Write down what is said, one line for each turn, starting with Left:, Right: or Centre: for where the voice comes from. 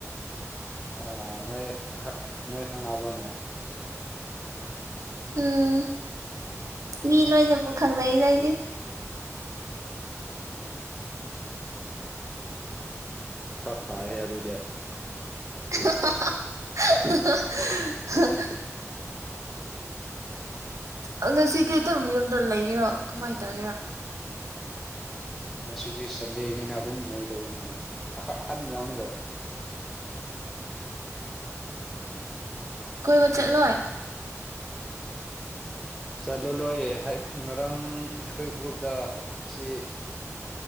Centre: ꯑꯣ ꯅꯣꯏ ꯈꯛ ꯅꯣꯏ ꯈꯪꯅꯕ꯭ꯔꯣꯅꯦ
Right: ꯎꯝ ꯃꯤ ꯂꯣꯏꯅꯕꯨ ꯈꯪꯅꯩꯗ ꯑꯩꯗꯤ
Centre: ꯐꯔꯛ ꯇꯥꯏꯍꯦ ꯑꯗꯨꯗꯤ
Right: <unintelligible> ꯑ ꯉꯁꯤꯗꯤ ꯑꯗꯨꯝ ꯌꯨꯝꯗ ꯂꯩꯒꯦꯔꯣ ꯀꯃꯥꯏꯟ ꯇꯧꯒꯦꯔꯣ
Centre: ꯉꯁꯤꯗꯤ ꯁꯟꯗꯦꯅꯤꯅ ꯑꯗꯨꯝ ꯂꯩꯒꯗꯧꯕꯅꯤꯅꯦ ꯑꯍꯛ ꯑꯍꯟ ꯌꯥꯎꯅꯤꯂꯣꯏ
Right: ꯀꯣꯏꯕ ꯆꯠꯂꯣꯏ <inaudible>
Centre: ꯆꯠꯂꯨ ꯂꯣꯏꯌꯦ ꯉꯔꯥꯡ ꯑꯩꯈꯣꯏ ꯒ꯭ꯔꯨꯞꯇ ꯑꯁꯤ